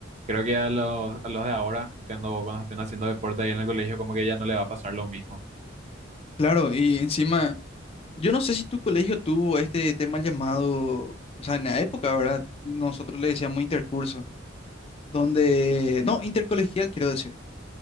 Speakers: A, on the right (about 35°); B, on the left (about 30°).
A: creo que a los, a los de ahora, cuando, cuando estén haciendo deporte ahí en el colegio, como que ya no le va a pasar lo mismo.
B: claro, y encima, yo no sé si tu colegio tuvo este tema llamado, o sea, en la época, ¿verdad? Nosotros le decíamos intercurso, donde, no, intercolegial quiero decir,